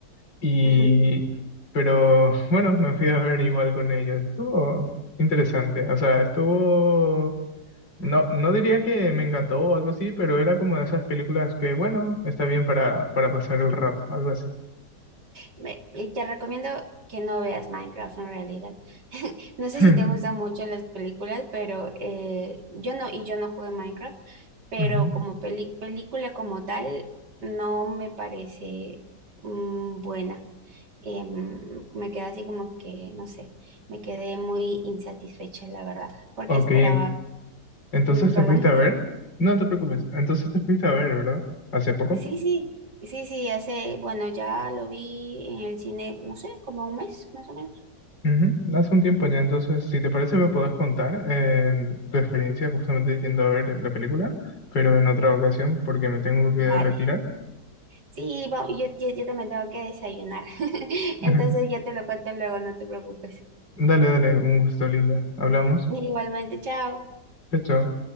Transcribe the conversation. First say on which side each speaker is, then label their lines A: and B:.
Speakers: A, on the left (about 85°); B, on the right (about 70°).
A: Y,
B: ujú.
A: pero bueno, me fui a ver igual con ellos. Estuvo interesante, o sea, estuvo no, no diría que me encantó o algo así, pero era como de esas películas que, bueno, está bien para, para pasar el rato, algo así.
B: Me- y te recomiendo que no veas Minecraft en realidad. <laughs> No sé
A: <laughs>
B: si te gustan mucho las películas, pero eh, yo no, y yo no jugué Minecraft, pero
A: Ujú.
B: como peli- película como tal, no me parece mm, buena. Em, me quedé así como que, no sé, me quedé muy insatisfecha, la verdad, porque
A: Ok,
B: esperaba,
A: en- entonces
B: mm, perdón,
A: te fuiste a ver. No te preocupes, entonces te fuiste a ver, ¿verdad? ¿Hace
B: <laughs>
A: poco?
B: sí, sí, sí, sí, hace, bueno, ya lo vi en el cine, no sé, como un mes más o menos.
A: Ujú, Hace un tiempo ya, entonces, si te parece, me puedes contar eh, tu experiencia justamente yendo a ver la película, pero en otra ocasión, porque me tengo que
B: Vale.
A: retirar.
B: Sí, va- yo, yo, yo también tengo que desayunar. <laughs>
A: Ujú.
B: Entonces ya te lo cuento luego, no te preocupes.
A: Dale, dale, un gusto, Linda. Hablamos.
B: Igualmente, chao.
A: Chao, chao.